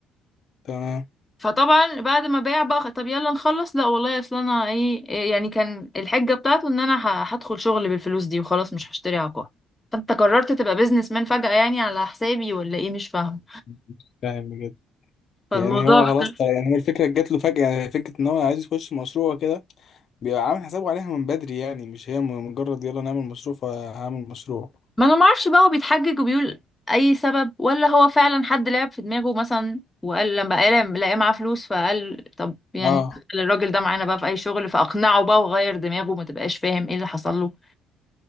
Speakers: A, on the left; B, on the left.
A: تمام
B: فطبعا بعد ما باع بقى طب يلا نخلص لا والله اصل انا ايه إيه يعني كان الحجه بتاعته ان انا ه- هدخل شغل بالفلوس دي وخلاص مش هشتري عقار فانت قررت تبقى بيزنس مان فجأة يعني على حسابي ولا ايه مش فاهمه
A: مش فاهم بجد
B: فالموضوع
A: يعني هو
B: بصراحة-
A: خلاص طيب يعني هو الفكرة جات له فجأة يعني فكرة ان هو عايز يخش مشروع كده بيبقى عامل حسابه عليها من بدري يعني مش هي مجرد يلا نعمل مشروع فهعمل مشروع
B: ما انا ما اعرفش بقى هو بيتحجج وبيقول اي سبب ولا هو فعلا حد لعب في دماغه مثلا وقال لما قال لقى لقى معاه فلوس فقال طب يعني
A: اه
B: خلي الراجل ده معانا بقى في اي شغل فاقنعه بقى وغير دماغه ما تبقاش فاهم ايه اللي حصل له